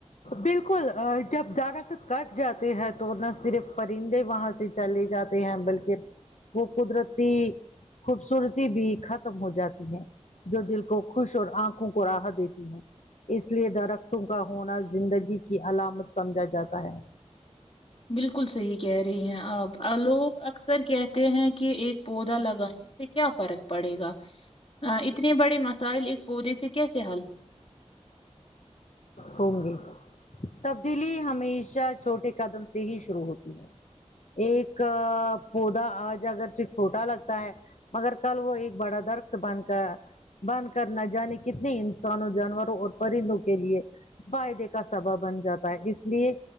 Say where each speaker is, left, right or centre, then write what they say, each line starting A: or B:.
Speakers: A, on the left; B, on the left.
A: بالکل جب دارخت کٹ جاتے ہیں تو نہ صرف پرندے وہاں سے چلے جاتے ہیں بلکہ وہ قدرتی خوبصورتی بھی ختم ہو جاتی ہے جو دل کو خوش اور آنکھوں کو راہ دیتی ہ اس لیے درختوں کا ہونا زندگی کی علامت سمجھا جاتا ہے
B: بالکل صحیح کہہ رہی ہیں آپ ا لوگ اکثر کہتے ہیں کہ ایک پودا لگانے سے کیا فرق پڑے گا اتنے بڑے مسائل ایک پودے سے کیسے حل
A: ہوں گے تبدیلی ہمیشہ چھوٹے قدم سے ہی شروع ہوتی ہے ایک پودا آج اگر سے چھوٹا لگتا ہے مگر کل وہ ایک بڑا درخت بن کر بن کر نہ جانے کتنے انسانوں جانوروں اور پرندوں کے لیے فائدے کا سبب بن جاتا ہے اس لیے